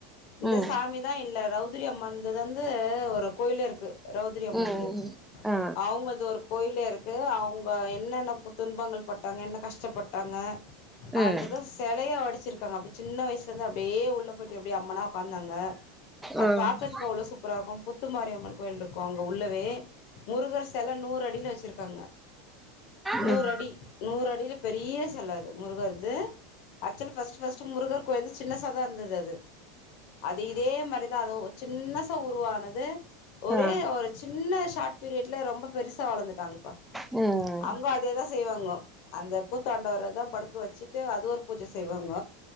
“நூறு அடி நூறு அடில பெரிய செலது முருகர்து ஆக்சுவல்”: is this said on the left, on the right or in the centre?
Left